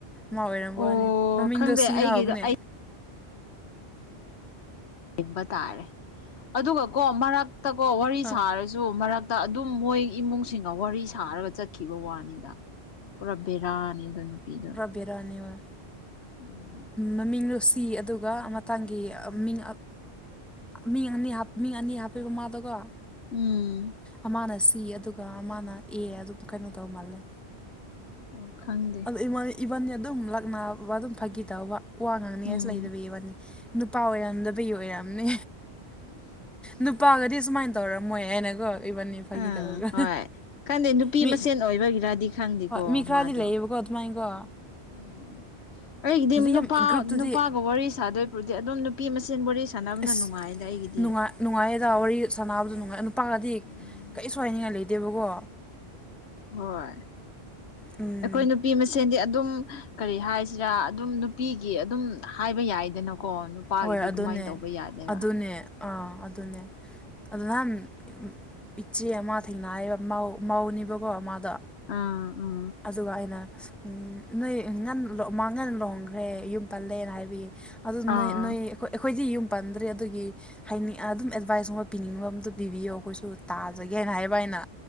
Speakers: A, in the centre; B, on the left.
A: ꯃꯥ ꯑꯣꯏꯔꯝ
B: ꯑꯣ
A: ꯋꯥꯅꯤ ꯃꯃꯤꯡꯗꯣ
B: ꯈꯪꯗꯦ
A: ꯁꯤꯅꯥ
B: ꯑꯩꯒꯤꯗꯣ
A: ꯍꯧꯕꯅꯦ
B: ꯑꯩ ꯌꯦꯕ ꯇꯥꯔꯦ ꯑꯗꯨꯒ ꯀꯣ ꯃꯔꯛꯇꯀꯣ ꯋꯥꯔꯤ
A: ꯑꯥ
B: ꯁꯥꯔ ꯖꯨ ꯃꯔꯛꯇ ꯑꯗꯨꯝ ꯃꯣꯏ ꯏꯃꯨꯡꯁꯤꯡꯒ ꯋꯥꯔꯤ ꯁꯥꯔꯒ ꯆꯠꯈꯤꯕ ꯋꯥꯅꯤꯗ ꯄꯨꯔꯥ ꯕꯦꯔꯥꯅꯤꯗꯣ ꯅꯨꯄꯤꯗꯣ
A: ꯕꯦꯔꯅꯤ ꯑꯣꯏ
B: ꯎꯝ
A: ꯃꯃꯤꯡ ꯂꯣꯁꯤ ꯑꯗꯨꯒ ꯃꯇꯥꯡꯒꯤ ꯃꯤꯡ ꯃꯤ ꯑꯅꯤ ꯃꯤ ꯑꯅꯤ ꯍꯥꯞꯄꯤꯕ ꯃꯥꯗꯨꯒ
B: ꯎꯝ
A: ꯑꯃꯅ ꯁꯤ ꯑꯗꯨꯒ ꯑꯃꯅ ꯑꯦ ꯑꯗꯨ ꯀꯩꯅꯣ ꯇꯧ ꯃꯥꯜꯂꯦ
B: ꯑꯣ ꯈꯪꯒꯦ
A: ꯑꯗꯣ ꯏꯕꯟꯅꯤ ꯑꯗꯨꯝ ꯂꯥꯛꯅꯕ ꯑꯗꯨꯝ ꯐꯥꯒꯤ ꯇꯧꯕ ꯋꯥ ꯉꯥꯡꯅꯤ
B: ꯎꯝ
A: ꯑꯁ ꯂꯩꯗꯕꯒꯤ ꯋꯥꯠꯅꯤ ꯅꯨꯄꯥ ꯑꯣꯏꯔꯝꯗꯕꯒꯤ ꯑꯣꯏꯔꯝꯑꯝꯅꯤ ꯅꯨꯄꯥꯒꯗꯤ ꯁꯨꯃꯥꯏꯅ ꯇꯧꯔꯝꯃꯣꯏ ꯍꯥꯏꯅꯀꯣ ꯏꯕꯟꯅꯤ ꯐ
B: ꯑꯥ
A: ꯇꯧꯔꯒ
B: ꯍꯣꯏ ꯈꯪꯗꯦ ꯅꯨꯄꯤ
A: ꯍꯣꯏ
B: ꯃꯁꯦꯟ ꯑꯣꯏꯕꯒꯤꯔꯗꯤ ꯈꯪꯗꯦꯀꯣ
A: ꯃꯤ
B: ꯃꯥꯗꯣ
A: ꯈꯔꯗꯤ ꯂꯩꯌꯦꯕ ꯗꯨꯃꯥꯏꯒꯣ
B: ꯎꯝ ꯑꯩꯒꯤꯗꯤ ꯅꯨꯄꯥ
A: ꯌꯥꯝ ꯒ꯭ꯔꯨꯞꯇꯗꯤ
B: ꯅꯨꯄꯥꯒ ꯋꯥꯔꯤ ꯁꯥꯗꯣꯏꯕꯨꯗꯤ ꯑꯗꯨꯝ ꯅꯨꯄꯤ ꯃꯁꯦꯟ ꯋꯥꯔꯤ ꯁꯥꯟꯅꯕꯅ
A: ꯑꯁ
B: ꯅꯨꯡꯉꯥꯏꯗ ꯑꯩꯒꯤꯗꯤ
A: ꯅꯨꯡꯉꯥꯏ ꯅꯨꯡꯉꯥꯏꯌꯦꯗ ꯋꯥꯔꯤ ꯁꯥꯟꯅꯕꯗ ꯅꯨꯡꯉꯥꯏ ꯅꯨꯄꯥꯒꯗꯤ
B: ꯎꯝ
A: ꯀꯔꯤꯁꯨ ꯍꯥꯏꯅꯤꯡꯉꯥꯏ ꯂꯩꯇꯦꯕꯀꯣ
B: ꯍꯣꯏ
A: ꯎꯝ
B: ꯑꯩꯈꯣꯏ ꯅꯨꯄꯤ ꯃꯁꯦꯟꯗꯤ ꯑꯗꯨꯝ ꯀꯔꯤ ꯍꯥꯏꯁꯤꯔꯥ ꯑꯗꯨꯝ ꯅꯨꯄꯤꯒꯤ ꯑꯗꯨꯝ ꯍꯥꯏꯕ ꯌꯥꯏꯗꯅꯀꯣ ꯅꯨꯄꯥꯒꯤꯗꯤ
A: ꯍꯣꯏ
B: ꯑꯗꯨꯃꯥꯏꯅ
A: ꯑꯗꯨꯅꯦ
B: ꯇꯧꯕ ꯌꯥꯗꯦꯕ
A: ꯑꯗꯨꯅꯦ ꯑꯥ ꯑꯗꯨ ꯑꯗꯨꯅꯦ ꯑꯗꯨ ꯅꯍꯥꯟ ꯏꯆꯦ ꯑꯃ ꯊꯦꯡꯅꯌ‌ꯦꯕ ꯃꯧꯅꯦꯕꯀꯣ ꯃꯥꯗꯣ
B: ꯑꯥ ꯎꯝ
A: ꯑꯗꯨꯒ ꯑꯩꯅ ꯅꯣꯏ ꯉꯟ ꯃꯥꯉꯟꯅ ꯂꯨꯍꯣꯡꯈ꯭ꯔꯦ ꯌꯨꯝ ꯄꯜꯂꯦꯅ ꯍꯥꯏꯕꯒꯤ ꯑꯗꯨ
B: ꯑꯥ
A: ꯅꯣꯏ ꯅꯣꯏ ꯑꯩꯈꯣꯏꯗꯤ ꯌꯨꯝ ꯄꯥꯟꯗ꯭ꯔꯤ ꯑꯗꯨꯒꯤ ꯍꯥꯏꯅꯤꯡ ꯑꯗꯨꯝ ꯑꯦꯗꯚꯥꯏꯁꯀꯨꯝꯕ ꯄꯤꯅꯤꯡꯕ ꯑꯝꯇ ꯄꯤꯕꯤꯌꯣ ꯑꯩꯈꯣꯏꯁꯨ ꯇꯥꯖꯒꯦ ꯍꯥꯏꯅ ꯍꯥꯏꯕ ꯑꯩꯅ